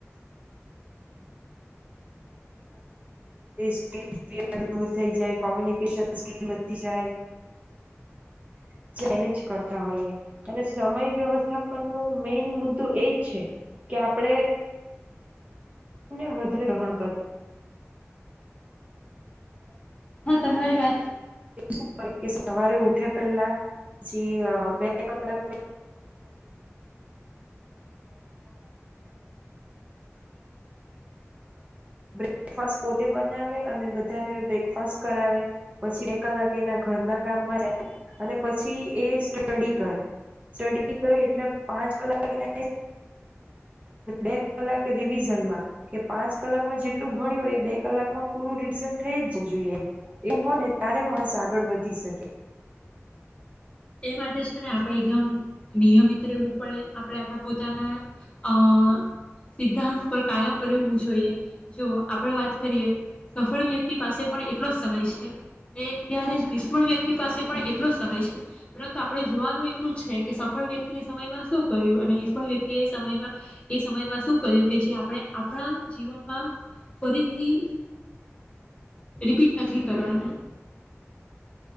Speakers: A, on the right; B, on the left.
A: <inaudible> <inaudible> થઈ જાય કોમ્યુનિકન સ્કીલ વધી જાય મેનેજ કરતા હોઈએ અને સમય વ્યવસ્થાપન ન મેન મુદ્દો એજ છે કે આપણે તેમને વધારે ગ્રહણ
B: હા તમારી વાત
A: કર <inaudible> સવારે ઉઠે પહેલા પછી બે કલાક <inaudible> ફર્સ્ટ પોતે બનાવે અને બધાને બ્રેકફાસ્ટ કરાવે પછી બે કલાક એના ઘરના કામમાં જાય અને પછી એ સ્ટડી કરે સ્ટડી કરે એટલે પાંચ કલાક એ બે કલાકે રિવિઝનમાં કે પાંચ કલાકમાં એટલું ભણ્યું એ બે કલાકમાં પૂરું રિવિઝન થઈ જવું જોઈએ એમ એવું હો ને ત્યારે માણસ આગળ વધી શકે.
B: એ માટે છે ને આપણે એકદમ નિયમિત રહેવું પડે આપણે આપણા પોતાના અ સિદ્ધાંત પર કાયમ રહેવું જોઈએ. જો આપણે વાત કરીએ સફળ વ્યક્તિ પાસે પણ એટલો સમય છે ને ત્યારે જ નિષ્ફળ વ્યક્તિ પાસે પણ એટલો સમય છે. પરંતુ આપણે જોવાનું એટલું જ છે કે સફળ વ્યક્તિ એ સમયમાં શું કર્યું અને નિષ્ફળ વ્યક્તિ એ સમયમાં એ સમયમાં શું કર્યું કે જે આપણે આપણા જીવનમાં ફરીથી રિપીટ નથી કરવાની.